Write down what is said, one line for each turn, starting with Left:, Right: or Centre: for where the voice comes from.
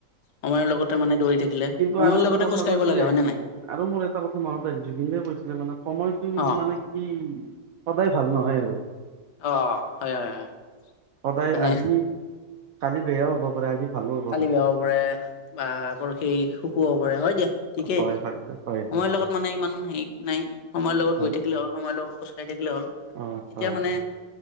Left: সময়ৰ লগতে মানে দৌৰি থাকিলে,
Right: কিন্তু
Left: সময়ৰ
Right: আৰু এটা
Left: লগতে
Right: কথা
Left: খোজ কাঢ়িব
Right: কৈছিলে
Left: লাগে হয়নে নাই।
Right: আৰু মোৰ এটা কথা মনতে জুবিনে কৈছিলে মানে সময়টো
Left: অ',
Right: মানে উম, সদায় ভাল নহয় আৰু।
Left: অঁ, হয়- হয়- হয়।
Right: সদায়
Left: মানে
Right: আজি, কালি বেয়াও হ'ব পাৰে। আজি ভালো হ'ব
Left: কালি বেয়া হব পাৰে, বা আপোনাৰ সেই সুখওঁ পাৰে, হয় দিয়া। ঠিকেই,
Right: হয় হয় হয়
Left: সময়ৰ
Right: হয়
Left: লগত মানে ইমান হেৰি নাই সময়ৰ লগত
Right: হয়
Left: গৈ থাকিলে আৰু। সময় লগ খোজকাঢ়ি থাকিলে হ'ল। তেতিয়া
Right: অ হয়
Left: মানে